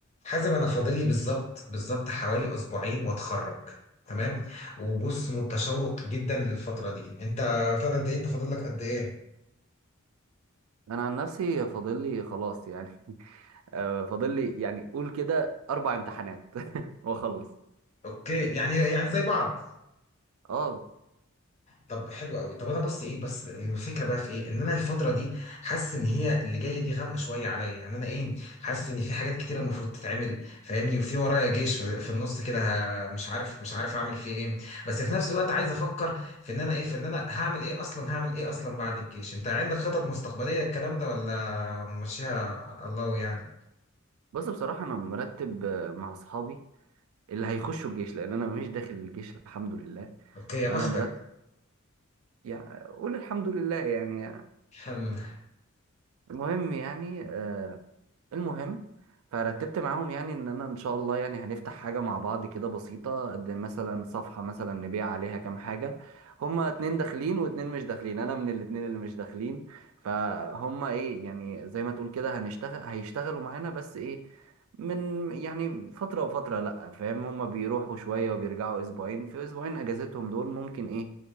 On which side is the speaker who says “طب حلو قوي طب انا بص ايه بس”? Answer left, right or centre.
Left